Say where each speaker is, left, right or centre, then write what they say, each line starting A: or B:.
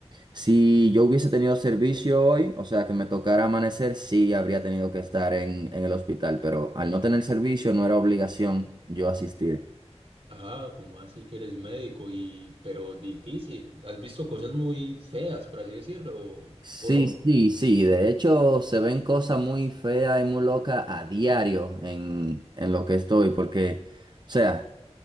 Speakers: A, on the right; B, on the right.
A: Si yo hubiese tenido servicio hoy, o sea, que me tocara amanecer, sí habría tenido que estar en, en el hospital, pero al no tener servicio no era obligación yo asistir.
B: Ah, ¿cómo así que eres médico y pero difícil? ¿Has visto cosas muy feas, por así decirlo, o,
A: Sí,
B: o no?
A: sí, sí. De hecho, se ven cosas muy feas y muy locas a diario en, en lo que estoy, porque, o sea,